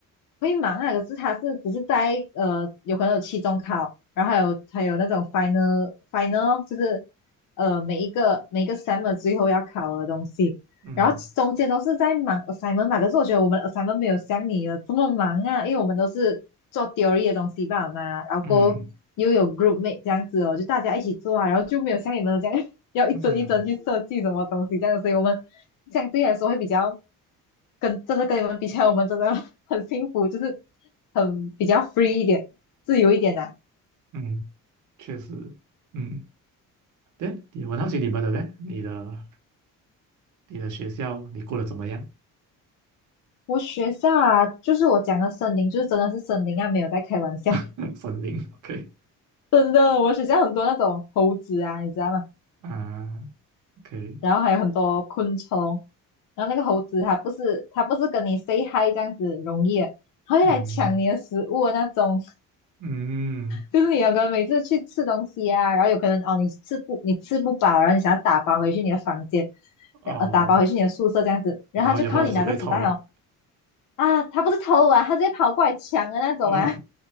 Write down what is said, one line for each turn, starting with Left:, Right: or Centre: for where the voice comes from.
Left: 会忙啊，可是他是只是在呃，有可能有期中考，然后还有还有那种 final final，就是呃每一个每一个 s u m m e r 最后要考的东西，
Right: 嗯
Left: 然后中间都是在忙 assignment 吧。可是我觉得我们的 assignment 没有像你的这么忙啊，因为我们都是做 theory 的东西吧嘛，然后过后又有
Right: 嗯
Left: group mate 这样子哦，就大家一起做啊，然后就没有像你们的这样 <laughs> 要一帧一帧去设计什么东西这样，
Right: 嗯
Left: 所以我们相对来说会比较。跟真的跟你们比起来，我们真的很幸福，就是很比较 free 一点，自由一点啦、
Right: 嗯，确实，嗯，对，你我好奇你们的嘞，你的你的学校你过得怎么样？
Left: 我学校啊，就是我讲的森林，就是真的是森林啊，没有在开玩笑，
Right: <laughs> 森林，OK
Left: <laughs> 真的，我学校很多那种猴子啊，你知道吗？
Right: 啊，OK。
Left: 然后还有很多昆虫，然后那个猴子它不是它不是跟你 say hi 这样子容易的它会来抢你的食物的那种。
Right: 嗯嗯
Left: 就是你有可能每次去吃东西啊，然后有可能哦，你吃不你吃不饱，然后你想要打包回去你的房间，
Right: 哦，
Left: 呃，打包回去你的宿舍这样子，然后他就看到你拿着纸袋哦，
Right: 然后以后只会投啊。
Left: 啊，他不是偷啊，他直接跑过来抢的那种啊，
Right: 哦
Left: <laughs>